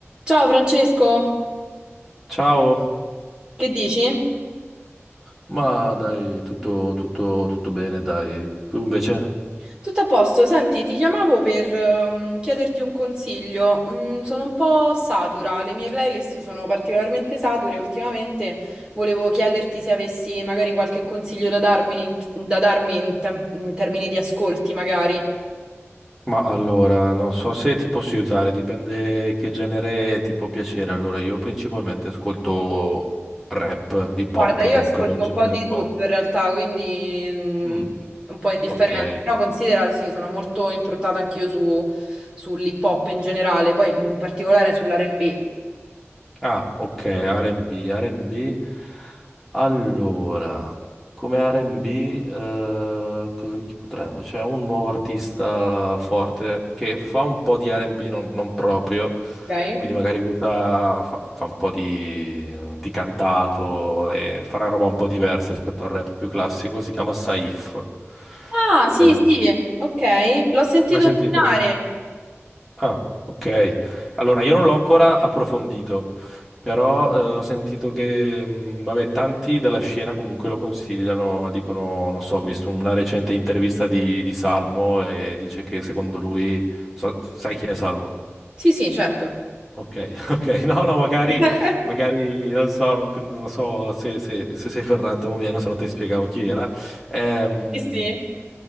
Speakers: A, on the right; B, in the centre.
A: Ciao Francesco,
B: Ciao,
A: che dici?
B: ma dai, tutto, tutto, tutto bene, dai. Tu invece?
A: Tutto a posto, senti, ti chiamavo per ehm, chiederti un consiglio. Mm, sono un po' satura, le mie playlist sono particolarmente sature. Ultimamente volevo chiederti se avessi magari qualche consiglio da darmi in, da darmi in tem- in termini di ascolti, magari.
B: Ma allora, non so se ti posso aiutare, dipende che genere ti può piacere. Allora, io principalmente ascolto rap, hip
A: Guarda,
B: hop,
A: io
B: comunque
A: ascolto
B: quel genere
A: un po' di
B: un po'.
A: tutto in realtà, quindi mm,
B: Mm,
A: un po' indifferente,
B: ok.
A: però considera, sì, sono molto improntata anch'io su, sull'hip hop in generale, poi in particolare sull'R&B.
B: Ah, ok, R&B, R&B. Allora, come R&B, eh, cosa chi potremmo? C'è un nuovo artista forte che fa un po' di R&B, non, non proprio,
A: Ok.
B: quindi magari usa, fa, fa un po' di, di cantato, e fa una roba un po' diversa rispetto al rap più classico, si chiama Saif.
A: Ah, sì,
B: Eh,
A: sì, ok. L'ho sentito
B: mai sentito?
A: nominare.
B: Ah, ok. Allora, io non l'ho ancora approfondito, però eh, ho sentito che, mh, vabbè, tanti della scena comunque lo consigliano, dicono, non so, ho visto una recente intervista di, di Salmo e dice che secondo lui, so- sai chi è Salmo?
A: Sì, sì, certo.
B: Ok, <laughs> ok, no, no, magari,
A: <laughs>
B: magari, non so, non, non so se, se- se sei ferrato o meno, se no ti spiegavo chi era. Ehm,
A: Sì, sì.